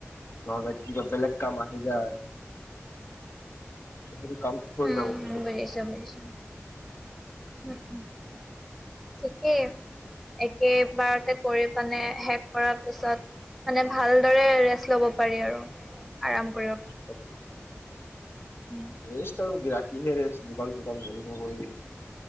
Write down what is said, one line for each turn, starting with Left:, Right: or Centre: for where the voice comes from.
Left: নহলে কি কিবা বেলেগ কাম আহি যায় সেইটো কাম হৈ
Centre: উম
Left: যাব পিছত
Centre: বুজিছোঁ বুজিছোঁ উম উম। ঠিকেই একেবাৰতে কৰি পিনে শেষ কৰাৰ পিছত মানে ভালদৰে ৰেষ্ট ল'ব পাৰি আৰু আৰাম কৰিব পাৰি।
Left: <inaudible>
Centre: উম।
Left: ৰেষ্ট আৰু কি ৰাতি হে ৰেষ্ট দোকান চোকান বন্ধ কৰি।